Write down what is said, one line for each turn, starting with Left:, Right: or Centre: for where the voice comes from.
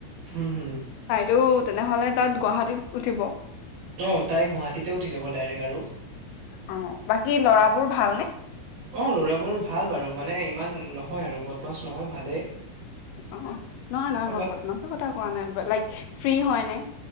Right: হুম হুম।
Left: বাইদেউ তেনেহ'লে তাত গুৱাহাটীত উঠিব।
Right: অ ', তাই গুৱাহাটীতে উঠি যাব ডাইৰেক্ট আৰু
Left: অ বাকী ল'ৰাবোৰ ভালনে
Right: অ', ল'ৰাবোৰ ভাল বাৰু। মানে ইমান নহয় আৰু বদ মাছ নহয় ভালেই।
Left: অ', নহয়- নহয় মই
Right: বাট
Left: বদমাচৰ কথা কোৱা নাই লাইক ফ্ৰী হয়নে?